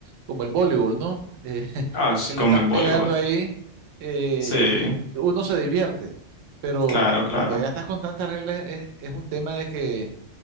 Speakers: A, on the right; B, on the left.
A: como el voleibol, ¿no? Eh,
B: ah,
A: <laughs>
B: es
A: que le
B: como
A: estás
B: el voleibol.
A: pegando ahí, eh,
B: Sí,
A: eh, uno se divierte, pero
B: claro, claro.
A: cuando ya estás con tantas reglas es, es un tema de que